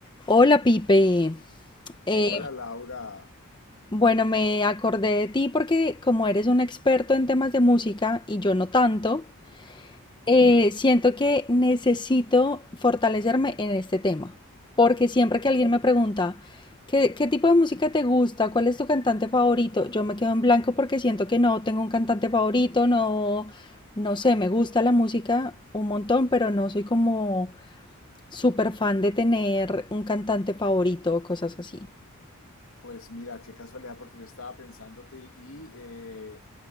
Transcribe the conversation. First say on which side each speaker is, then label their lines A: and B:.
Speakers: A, on the left (about 20°); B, on the left (about 70°).
A: Hola Pipe, Eh,
B: Hola Laura,
A: bueno, me acordé de ti porque como eres un experto en temas de música y yo no tanto, eh, siento que necesito fortalecerme en este tema, porque siempre que alguien me pregunta, ¿qué, qué tipo de música te gusta? ¿Cuál es tu cantante favorito? Yo me quedo en blanco porque siento que no tengo un cantante favorito, no, no sé, me gusta la música un montón, pero no soy como súper fan de tener un cantante favorito o cosas así.
B: pues mira, qué casualidad porque yo estaba pensándote y eh,